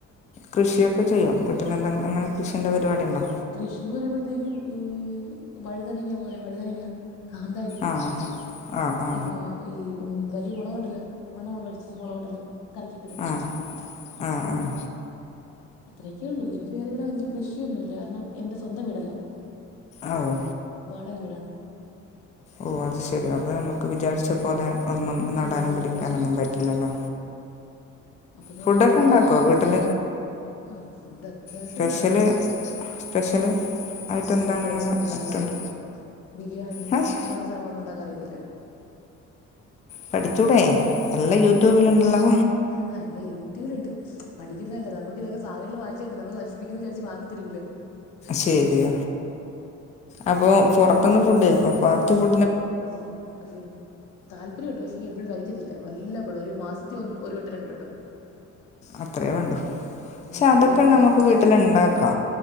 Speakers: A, on the left; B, on the left.
A: കൃഷിയൊക്കെ ചെയ്യോ വീട്ടിലെന്തങ്കി അങ്ങനെ കൃഷിന്റെ പരിപാടിണ്ടോ
B: കൃഷിന്ന് പറയുമ്പഴത്തേക്കും ഈ വഴുതനങ്ങ പോലെ വഴുതങ്ങ, കാന്താരി
A: ആണോ? ആ ആ ആ
B: പിന്നെ ഈ ഉ വലിയ മൊളക്ണ്ടല്ലോ മണ്ണ വെള്ളല്ച്ച മുളക്ണ്ടല്ലോ കറിക്കൊക്കേ ഇടുന്നാ
A: ആഹ് ആഹ് ആഹ്
B: അത്രേക്കേള്ളു എനിക്ക് വേറെ ഇവിടെ വല്യ കൃഷിയൊന്നുല്ല കാരണം എന്റെ സ്വന്തം വീടല്ല.
A: ആവു
B: വാടക വിടാണ്.
A: ഓഹ് അത് ശെരി അപ്പം നമ്മക്ക് വിചാരിച്ച പോലെ. ഒന്നും നടാനും
B: ചെയ്യാൻ പറ്റത്തില്ല
A: പിടിക്കാനൊന്നും പറ്റില്ലല്ലോ.
B: അപ്പ ഞാ
A: ഫുഡൊക്കെ
B: ഉള്ളതൊക്കെ
A: ഉണ്ടാക്കുമോ വീട്ടിൽ
B: ഉം ഫുഡ് അത്യാവശ്യം
A: സ്പെഷ്യല്
B: ണ്ടാക്കും.
A: സ്പെഷ്യല് ആയിട്ട്
B: സ്പെഷ്യൽസ്
A: എന്താണ്
B: ആയിട്ടൊന്നും
A: അങ്ങനെ
B: ഉണ്ടാക്കാ
A: ഇട്ടുണ്ട്
B: അറിയത്തില്ല ബിരിയാണി
A: ഹഷ്
B: അങ്ങനെള്ള വേറൊന്നു ന്നുണ്ടാകാൻ അറീലല്ലേ?
A: പഠിച്ചൂടെ എല്ലാം യൂട്യൂബില്ണ്ടല്ലോ
B: ആഹ് എല്ലാ യൂട്യൂബില്ണ്ട് പഠിക്കുന്നതല്ല നമ്ക്ക് ഇതൊക്കെ സധങ്ങള് വങ്ങിച്ച്തരണ്ടെ നമ്മള് നശിപ്പിക്കുന്ന് വിചാരിച്ച് വാങ്ങിതരൂല
A: ശെരിയ അപ്പൊ പൊർത്ത്ന്ന് ഫുഡ് കഴിക്കോ? ഫാസ്റ്റ് ഫു
B: ഇൽ അഫു താല്പര്യണ്ട് പക്ഷെ എപ്പഴും കഴിക്കത്തില്ല വല്ലപ്പളും ഒരു മാസത്തി ഒന്ന് ഒര് വട്ടം രണ്ട് വട്ടം.
A: അത്രേ വാണ്ടു
B: ആ
A: ക്ഷെ
B: അത്രയൊക്കെ
A: അതൊക്കെ
B: ഉള്ളു
A: നമുക്ക് വീട്ടില്ണ്ടാക്കാ